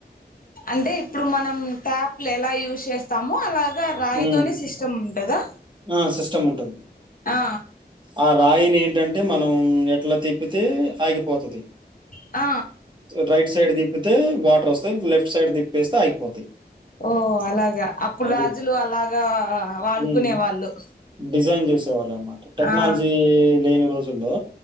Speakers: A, on the left; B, on the right.
A: అంటే ఇప్పుడు మనం ట్యాప్లు ఎలా యూజ్ చేస్తామమో అలాగా రాయితోనే
B: ఉమ్.
A: సిస్టమ్ ఉంటదా
B: ఆ సిస్టమ్ ఉంటుంది
A: ఆ
B: ఆ రాయిని ఏంటంటే మనం ఎట్లా తిప్పితే ఆగిపోతాది.
A: ఆ
B: రైట్ సైడ్ దిప్పితే వాటర్ వస్తాయి. లెఫ్ట్ సైడ్ దిప్పేస్తే ఆగిపోతాయి.
A: ఓ అలాగా అప్పుడు
B: అది.
A: రాజులు అలాగా వాడుకునే
B: హ్మ్.
A: వాళ్ళు.
B: డిజైన్ చేసేవాళ్ళ అన్నమాట టెక్నాలజీ
A: ఆ
B: లేని రోజుల్లో